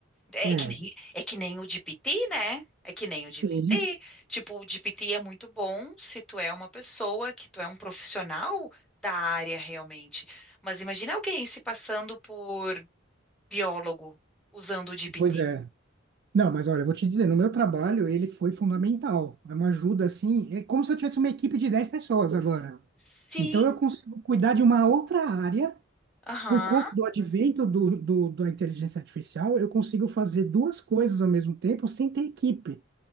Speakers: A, in the centre; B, on the right.
A: É
B: É,
A: que nem, é que nem o GPT, né? É que nem o
B: sim,
A: GPT. Tipo, o GPT é muito bom se tu é uma pessoa, que tu é um profissional da área realmente. Mas imagina alguém se passando por biólogo usando o GPT.
B: pois é. Não, mas olha, eu vou te dizer, no meu trabalho ele foi fundamental. É uma ajuda assim, é como se eu tivesse uma equipe de 10 pessoas agora.
A: Sim,
B: Então eu consigo cuidar de uma outra área
A: Aham.
B: Por conta do advento do, do- da inteligência artificial, eu consigo fazer duas coisas ao mesmo tempo sem ter equipe,